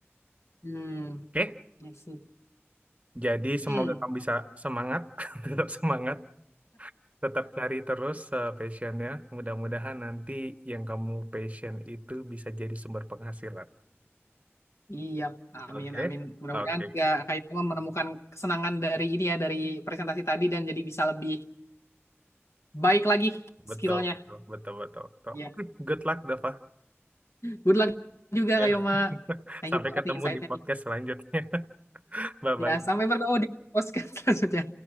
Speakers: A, on the left (about 85°); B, on the right (about 30°).
A: Hmm,
B: oke
A: I see.
B: jadi semoga
A: Hmm.
B: kamu bisa semangat <laughs> tetap semangat Tetap cari terus eh, passionnya. Mudah-mudahan nanti yang kamu passion itu bisa jadi sumber penghasilan.
A: Iya, amin,
B: Oke,
A: amin. Mudah-mudahan
B: Oke,
A: ya Haitama menemukan kesenangan dari ini ya, dari presentasi tadi dan jadi bisa lebih baik lagi skillnya.
B: betul, betul, betul, betul, betul.
A: Iya,
B: Oke, good luck, Dava.
A: good luck juga
B: Ya.
A: Kayoma.
B: <laughs>
A: Thank
B: Sampai
A: you banget
B: ketemu
A: nih insight-nya
B: di podcast
A: nih.
B: selanjutnya. <laughs> Bye-bye.
A: Ya, sampai bertemu di podcast selanjutnya.